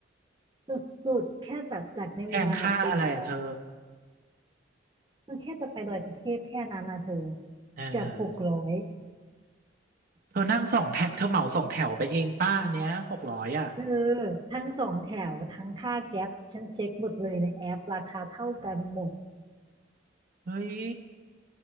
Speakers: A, on the right; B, on the right.
A: สุดๆแค่แบบจากในเมืองอะไปตัว
B: แพงค่าอะไรอะเธอ
A: มันแค่จะไปดอยสุเทพแค่นั้นนะเธอ
B: เออเออ
A: เกือบหกร้อย
B: เธอนั่งสองแถวเธอเหมาสองแถวไปเองป้าอันเนี้ยหกร้อยอ่ะ
A: เธอทั้งสองแถวทั้งค่าแก๊ปฉันเช็คหมดเลยในแอปราคาเท่ากันหมด
B: เฮ้ย